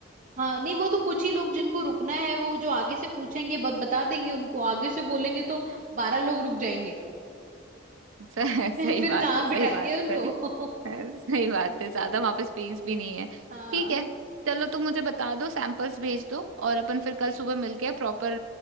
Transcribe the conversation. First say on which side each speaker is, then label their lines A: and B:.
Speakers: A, on the right (about 40°); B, on the right (about 90°).
A: हाँ नहीं वो तो कुछ ही लोग जिनको रुकना है वो जो आगे से पूछेंगे ब, बता देंगे उनको आगे से बोलेंगे तो बारह लोग रुक जाएंगे
B: स- <laughs>
A: <laughs>
B: सही
A: फिर
B: बात
A: कहाँ
B: है सही
A: बिठाएंगे
B: बात
A: उनको
B: है
A: <laughs>
B: सही बात है ज्यादा वहां पे स्पेस भी नहीं है
A: हाँ
B: ठीक है चलो तुम मुझे बता दो सैंपल्स भेज दो और अपन फिर कल सुबह मिलके प्रॉपर